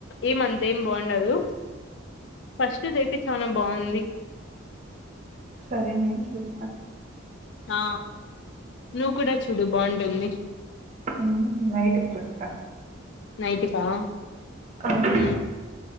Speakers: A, on the left (about 60°); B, on the right (about 35°).
A: ఏమంత ఏం బాగుండదు ఫస్ట్ అయితే చాల బాగుంది
B: సరే నేను చూస్తా
A: ఆ నువ్వు కూడా చూడు బాగుంటుంది
B: ఉ నైట్ కు చూస్తా
A: నైట్కా
B: అవును.
A: ఊ